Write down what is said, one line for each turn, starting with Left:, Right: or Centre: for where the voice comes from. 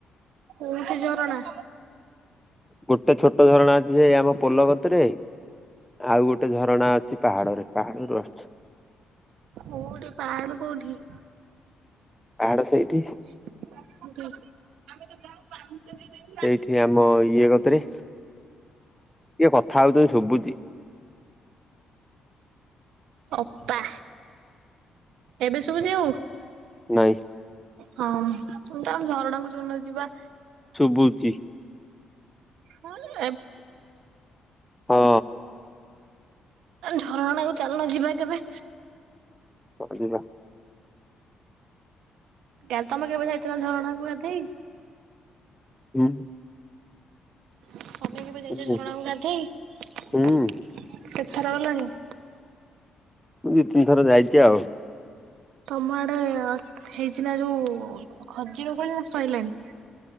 Right: କୋଉଠି ଝରଣା?
Centre: ଗୋଟେ ଛୋଟ ଝରଣା ଅଛି ଯେ ଆମ ପୋଲକତି ରେ ଆଉ ଗୋଟେ ଝରଣା ଅଛି ପାହାଡରେ ପାହାଡରୁ ଆସ୍ଚି।
Right: କୋଉଠି ପାହାଡ କୋଉଠି?
Centre: ପାହାଡ ସେଇଠି।
Right: କୋଉ ଠି।
Centre: ସେଇଠି ଆମ ଇଏ କତିରେ କିଏ କଥା ହୋଉଚନ୍ତି ଶୁବୁଚି।
Right: ଅପା। ଏବେ ସୁବୁଚି ଆଉ?
Centre: ନାଇଁ
Right: ହଁ ତ ଆମେ ଝରଣାକୁ ଯୋଉଦିନ ଯିବା
Centre: ଶୁବୁଚି।
Right: ହଁ ଲେ।
Centre: ହଁ।
Right: ଝରଣା କୁ ଚାଲୁନ ଯିବା କେବେ?
Centre: ହଁ ଯିବା।
Right: କା ତମେ କେବେ ଯାଇଚ ନା ଝରଣା କୁଗାଧୋଇ?
Centre: ହୁଁ।
Right: ତମେ କେବେ ଯାଇଚ
Centre: ହୁଁ
Right: ଝରଣାକୁ ଗାଧେଇ କେତେଥର
Centre: ହୁଁ
Right: ଗଲଣି?
Centre: ମୁଁ ଦି ତିନି ଥର ଯାଇଚି ଆଉ।
Right: ତମ ଆଡେ ହେଇଚି ନା ଯୋଉ ଅଜିର ଫଳି ନା ସଇଲାଣି?